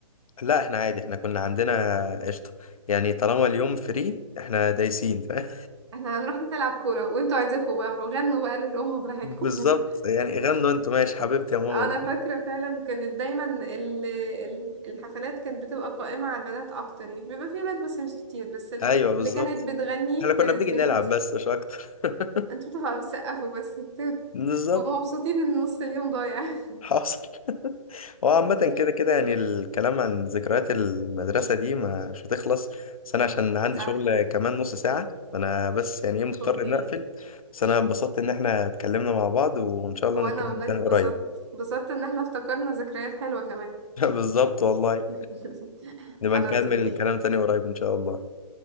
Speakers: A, on the left; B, on the right.
A: لا احنا عادي احنا كنا عندنا قشطه يعني طالما اليوم فري احنا دايسين فاهم
B: احنا هنروح نلعب كوره وانتوا عزفوا بقى وغنوا بقى للام
A: <laughs>
B: براحتكم
A: بالظبط
B: <laughs>
A: يعني غنوا انتوا ماشي حبيبتي يا ماما
B: انا فاكره فعلا كانت دايما ال- ال- الحفلات كانت بتبقى قائمه على البنات اكتر يعني بيبقى في ولاد بس مش كتير بس ال-
A: ايوه بالظبط
B: اللي كانت بتغني
A: احنا كنا
B: كانت
A: بنيجي
B: بنت
A: نلعب بس مش اكتر <laughs>
B: انتوا بتبقوا بتسقفوا بس <laughs> انتوا هم
A: بالظبط
B: مبسوطين ان نص اليوم ضايع <laughs>
A: حاصل هو عامة كده كده يعني الكلام عن ذكريات المدرسة دي مش هتخلص بس أنا عشان عندي
B: صح
A: شغل كمان نص ساعة فأنا بس يعني إيه مضطر
B: اوكي
A: إني أقفل بس أنا اتبسطت إن إحنا اتكلمنا مع بعض وإن شاء الله
B: وانا
A: نتكلم
B: والله
A: تاني
B: اتبسطت
A: قريب
B: اتبسطت ان احنا افتكرنا ذكريات حلوه كمان
A: <laughs> بالظبط والله
B: <laughs>
A: نبقى
B: خلاص
A: نكمل
B: اوكي
A: الكلام تاني قريب إن شاء الله